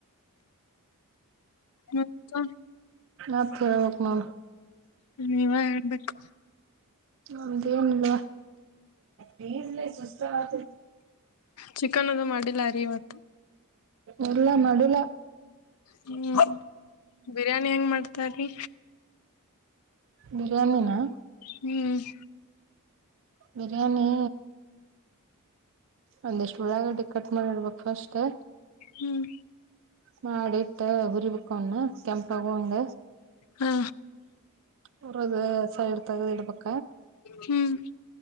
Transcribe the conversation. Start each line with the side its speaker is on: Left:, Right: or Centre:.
Left: ಮತ್ತ
Right: ಆ ರ ಹ
Left: ನೀವ ಹೇಳ್ಬೇಕು
Right: ನದೇನಲ್ಲ ಬಲ್ಲ ಸುಸ್ತತ
Left: ಚಿಕನ್ ಅದು ಮಾಡಿಲ್ಲಾರಿೀ ಇವತ್ತು
Right: ಒರ್ಲ್ಲ ಮಾಡಡುಲ
Left: ಹ್ಮ್ ಬಿರಿಯಾನಿ ಹೆಂಗ್ ಮಾಡ್ತಾರೀ
Right: ಬಿರಿಯಾನಿನ
Left: ಹ್ಮ್
Right: ಬಿರಿಯಾನಿ ಒಂದ ಎಷ್ಟು ಒಳ್ಳಗ ಡಿ ಕಟ್ ಮಾಡಿಡ್ಬೇಕು ಫಷ್ಟೇ
Left: ಹ್ಮ್
Right: ಹ ಆಡಟ್ಟ ಉರಿಬೇಕಕ್ಕ ಒ್ಣ ಕೆಂಪ ಆಗಂಗ
Left: ಹಾ
Right: ಹರದಸಾಯ ಎಡ್ತಾಗ ಇಡ ಪಕ್ಕ
Left: ಹ್ಮ್